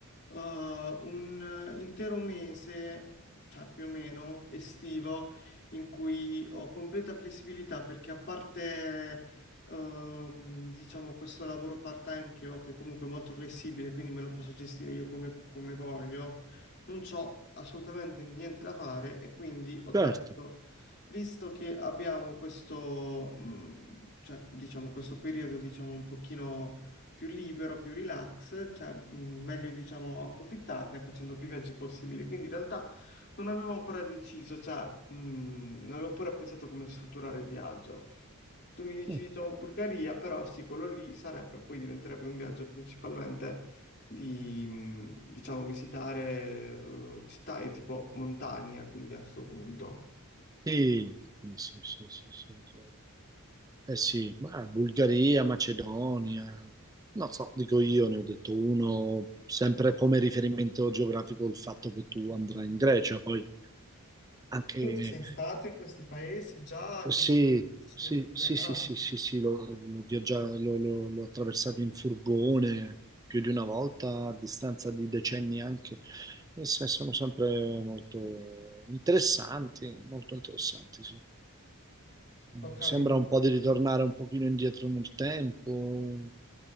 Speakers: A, on the left; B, on the right.
A: eh, un intero mese, cioè più o meno estivo, in cui ho completa flessibilità perché a parte ehm, diciamo questo lavoro part-time che ho, che comunque è molto flessibile, quindi me lo posso gestire io come, come voglio, non c'ho assolutamente niente da fare e quindi ho detto
B: Certo.
A: visto che abbiamo questo, mh, cioè, diciamo, questo periodo, diciamo, un pochino più libero, più relax, cioè, mh, meglio, diciamo, approfittarne facendo più viaggi possibili. Quindi in realtà non avevo ancora deciso, cioè, mh, non avevo pure pensato come strutturare il viaggio. Tu mi dici,
B: Mm.
A: diciamo, Bulgaria, però sì, quello lì sarebbe, poi diventerebbe un viaggio principalmente di, mh, diciamo, visitare eh, città e tipo montagna, quindi a questo punto.
B: Sì, sì, sì, sì, sì, sì, sì. Eh sì, ma Bulgaria, Macedonia, non so, dico io, ne ho detto uno, sempre come riferimento geografico il fatto che tu andrai in Grecia, poi anche
A: Tu sei
B: eh,
A: stato in questi paesi già
B: Sì,
A: che li conosci
B: sì,
A: oppure...
B: sì,
A: Ah,
B: sì, sì, sì, sì, l'ho l'ho viaggia- l'ho- l'ho- l'ho attraversato in furgone più di una volta, a distanza di decenni anche, e se- sono sempre molto interessanti, molto interessanti, sì. Mm,
A: ho capito.
B: Sembra un po' di ritornare un pochino indietro nel tempo,